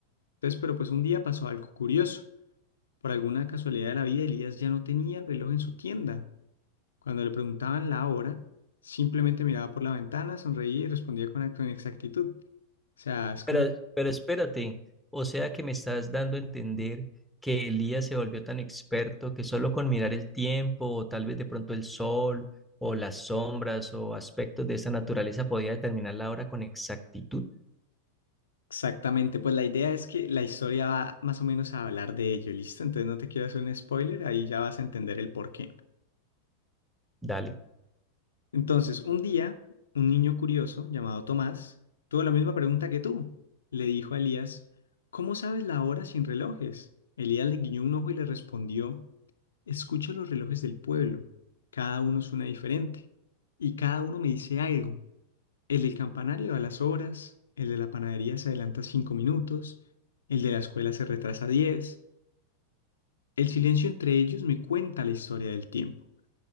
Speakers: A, on the left; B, in the centre.
A: Entonces, pero pues un día pasó algo curioso. Por alguna casualidad de la vida, Elías ya no tenía el reloj en su tienda. Cuando le preguntaban la hora, simplemente miraba por la ventana, sonreía y respondía con, con exactitud. O sea, es
B: Pero,
A: como
B: pero espérate, o sea que me estás dando a entender que Elías se volvió tan experto que solo con mirar el tiempo o tal vez de pronto el sol o las sombras o aspectos de esa naturaleza podía determinar la hora con exactitud.
A: exactamente, pues la idea es que la historia va más o menos a hablar de ello, ¿listo? Entonces no te quiero hacer un spoiler, ahí ya vas a entender el porqué.
B: Dale,
A: Entonces, un día, un niño curioso llamado Tomás tuvo la misma pregunta que tú. Le dijo a Elías, ¿Cómo sabes la hora sin relojes? Elías le guiñó un ojo y le respondió, Escucho los relojes del pueblo. Cada uno es suena diferente. Y cada uno me dice algo. El del campanario da las horas, el de la panadería se adelanta cinco minutos, el de la escuela se retrasa diez. El silencio entre ellos me cuenta la historia del tiempo.